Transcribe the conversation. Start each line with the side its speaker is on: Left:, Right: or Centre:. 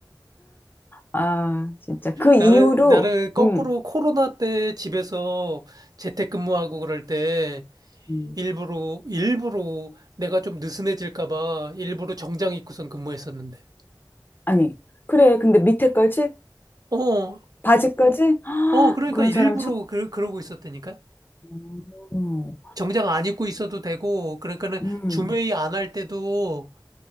Left: 아, 진짜. 그 이후로,
Right: 나는 나는 거꾸로
Left: 음,
Right: 코로나 때 집에서 재택근무하고 그럴 때
Left: 음.
Right: 일부러, 일부러 내가 좀 느슨해질까봐 일부러 정장 입고선 근무했었는데.
Left: 아니. 그래, 근데 밑에까지?
Right: 어,
Left: 바지까지? <gasps> 아,
Right: 어, 그러니까
Left: 그런
Right: 일부러
Left: 사람 처음.
Right: 그, 그러고 있었다니까?
Left: 어, 음,
Right: 정장 안 입고 있어도 되고, 그러니까는
Left: 음.
Right: 줌회의 안 할 때도